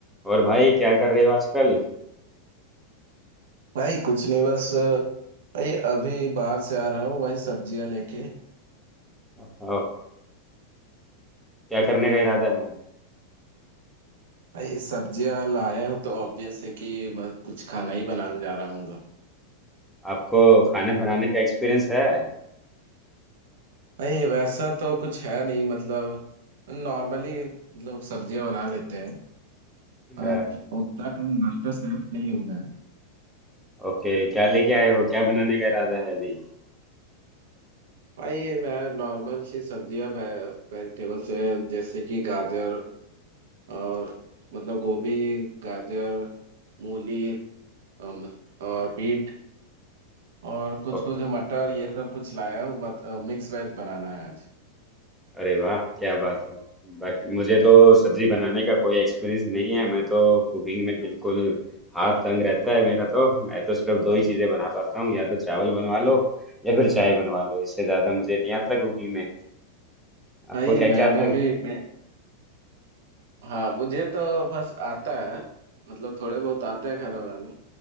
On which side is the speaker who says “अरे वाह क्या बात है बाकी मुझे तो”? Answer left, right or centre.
Centre